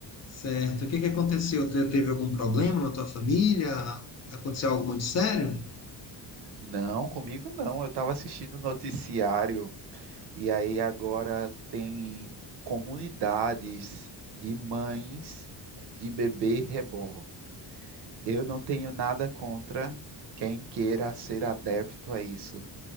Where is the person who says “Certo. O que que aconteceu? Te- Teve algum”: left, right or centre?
Left